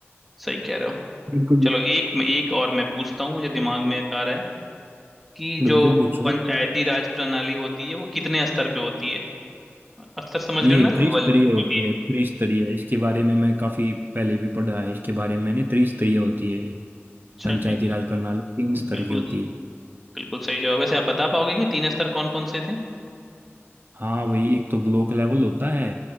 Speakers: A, in the centre; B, on the right (about 45°).
A: सही कह रहे हो
B: बिल्कुल
A: चलो एक में एक और मैं पूछता हूँ मुझे दिमाग में एक आ रहा है कि जो
B: बिल्कुल पूछो
A: पंचायती राज प्रणाली होती है वो कितने स्तर पे होती है स्तर समझ
B: ये
A: रहे हो ना
B: त्रिस्तरीय
A: लेवल क्योंकि
B: होती है त्रिस्तरीय इसके बारे में मैं काफी पहले भी पढ़ा है इसके बारे में मैंने त्रिस्तरीय होती है ये
A: अच्छा
B: पंचायती
A: जी
B: राज प्रणाली तीन स्तर
A: बिल्कुल
B: की होती है
A: बिल्कुल सही जवाब वैसे आप बता पाओगे कि तीन स्तर कौन कौन से थे
B: हाँ वही एक तो ब्लॉक लेवल होता है